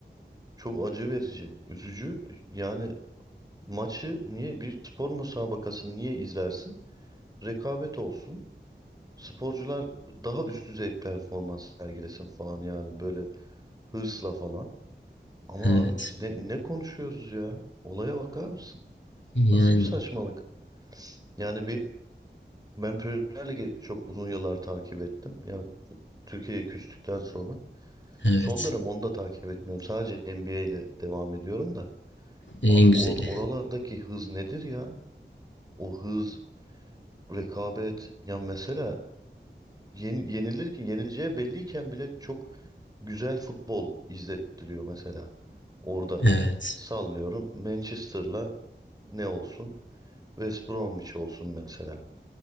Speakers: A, on the right; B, on the left.
A: çok acı verici, üzücü. Yani Maçı niye bir spor müsabakasını niye izlersin? Rekabet olsun. Sporcular daha üst düzey performans sergilesin falan yani böyle hırsla falan. Ama
B: Evet.
A: abi biz ne, ne konuşuyoruz ya? Olaya bakar mısın?
B: Yani
A: Nasıl bir saçmalık? Yani bir ben Premier Lig'i çok uzun yıllar takip ettim. Ya Türkiye'ye küstükten sonra.
B: evet.
A: Son dönem onu da takip etmiyorum. Sadece NBA ile devam ediyorum da.
B: En
A: Abi or
B: güzeli.
A: oralardaki hız nedir ya? O hız, rekabet. Ya mesela Yeni, yenilirken, yenileceği belliyken bile çok güzel futbol izlettiriyor mesela. Orada
B: Evet.
A: sallıyorum Manchester'la ne olsun? West Bromwich olsun mesela.